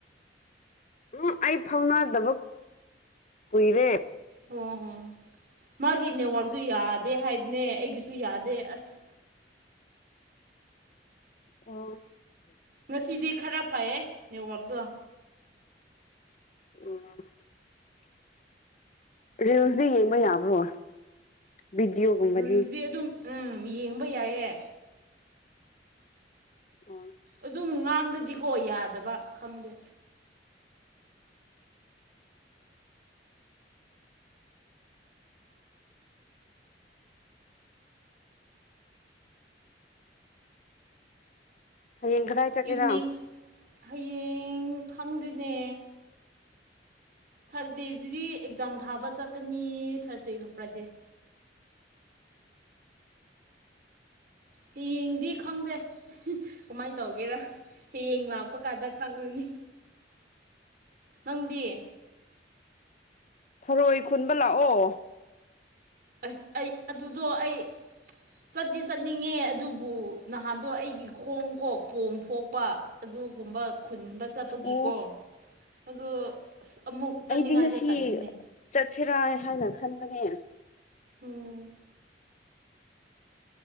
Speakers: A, on the left (about 40°); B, on the right (about 55°).
A: ꯎꯝ ꯑꯩ ꯐꯥꯎꯅ ꯗꯕ ꯀꯨꯏꯔꯦ
B: ꯑꯣ ꯃꯥꯒꯤ ꯅꯦꯠꯋꯥꯛꯁꯨ ꯌꯥꯗꯦ ꯍꯥꯏꯕꯅꯦ ꯑꯩꯒꯤꯁꯨ ꯌꯥꯗꯦ ꯑꯁ
A: ꯑꯣ
B: ꯉꯁꯤꯗꯤ ꯈꯔ ꯐꯌꯦ ꯅꯦꯠꯋꯥꯛꯗꯣ
A: ꯑꯣ ꯔꯤꯜꯁꯇꯤ ꯌꯦꯡꯕ ꯌꯥꯕ꯭ꯔꯣ ꯚꯤꯗꯤꯑꯣꯒꯨꯝꯕꯗꯤ
B: ꯔꯤꯜꯁꯇꯤ ꯑꯗꯨꯝ ꯎꯝ ꯌꯦꯡꯕ ꯌꯥꯏꯌꯦ
A: ꯑꯣ
B: ꯑꯗꯨꯝ ꯉꯥꯡꯗꯗꯤꯀꯣ ꯌꯥꯗꯕ ꯈꯪꯗꯦ
A: ꯍꯌꯦꯡ ꯀꯗꯥꯏ ꯆꯠꯀꯦꯔꯥ
B: ꯏꯚꯤꯅꯤꯡ ꯍꯌꯦꯡ ꯈꯪꯗꯦꯅꯦ ꯊꯥꯔꯁꯗꯦꯗꯨꯗꯤ ꯑꯦꯛꯖꯥꯝ ꯊꯥꯕ ꯆꯠꯀꯅꯤ ꯊꯥꯔꯁꯗꯦꯒ ꯐ꯭ꯔꯥꯏꯗꯦ ꯍꯌꯦꯡꯗꯤ ꯈꯪꯗꯦ ꯀꯃꯥꯏꯅ ꯇꯧꯒꯦꯔꯥ ꯍꯌꯦꯡ ꯂꯥꯛꯄ ꯀꯥꯟꯗ ꯈꯪꯉꯅꯤ ꯅꯪꯗꯤ
A: ꯊꯔꯣꯏ ꯈꯨꯟꯕ ꯂꯥꯛꯑꯣ
B: ꯑꯁ ꯑꯩ ꯑꯗꯨꯗꯣ ꯑꯩ ꯆꯠꯗꯤ ꯆꯠꯅꯤꯡꯉꯦ ꯑꯗꯨꯕꯨ ꯅꯍꯥꯟꯗꯣ ꯑꯩꯒꯤ ꯈꯣꯡꯀꯣ ꯄꯣꯝ ꯊꯣꯛꯄ ꯑꯗꯨꯒꯨꯝꯕ ꯈꯨꯟꯕ ꯆꯠꯄꯒꯤꯀꯣ
A: ꯑꯣ
B: ꯑꯗꯣ ꯑꯃꯨꯛ ꯆꯠꯅꯤꯡꯉꯥꯏꯗꯣ
A: ꯑꯩꯗꯤ ꯉꯁꯤ
B: ꯇꯜꯂꯤꯅꯦ
A: ꯆꯠꯁꯤꯔꯥ ꯍꯥꯏꯅ ꯈꯟꯕꯅꯦ
B: ꯎꯝ